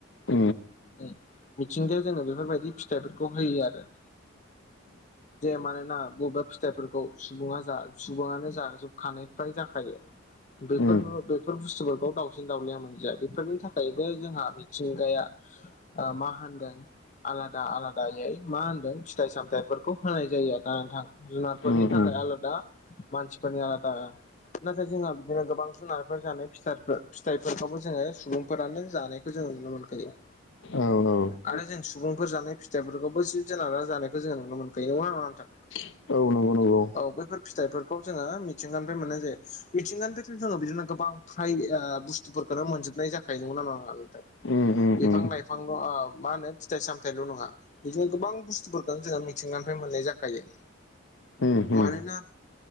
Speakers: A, on the left; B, on the left.
A: उम
B: ओ। मिथिंगाया जोंनो बेफोरबायदि फिथाइफोरखौ होयो आरो। जे मानोना बबेबा फिथाइफोरखौ सुबुङा जा सुबुङानो जाजोबखानाय फ्राय जाखायो। बेफो
A: उम
B: बेफोर बुस्थुफोरखौ दावसिन दावउलिया मोनजाया बेफोरनि थाखायबो जोंहा मिथिंगाया आ मा होनदों आलादा आलादायै मा होनदों फिथाइ सामथायाइफोरखौ होनाय जायो आरो ना नोंथां। जुनारफोरनि
A: उम
B: थाखाय
A: उम
B: आलादा मानसिफोरनि आलादा। नाथाय जोंहा बिदिनो गोबां जुनारफोर फाथारफोर फिथाइफोरखौबो जोङो सुबुंफोरानो जानाय खौ जोङो नुनो मोनखायो।
A: औ औ।
B: आरो जों सुबुंफोर जानाय फिथाइफोरखौबो जिब जुनार जानायखौ जोंङो नुनो मोनखायो। नंगौना नङा नोंथां?
A: औ नंगौ नंगौ
B: औ बैफोर फिथाइफोरखौ जोङो मिथिंगानिफ्राय मोननाय जायो। मिथिंगानिफ्रायथ' जोङो बिदिनो गोबां फ्राय ओ बुस बुस्थुफोरखौनो मोनजोबनाय जाखायो नंगोना नङा नोंथां?
A: उम उम उम
B: बिफां लाइफांल' मा होनो फिथाइ सामथायल' नङा। बिदिनो गोबां बुस्थुफोरफोरखौ जोङो मिथिंगानिफ्राय मोननाय जाखायो।
A: होम होम
B: मानोना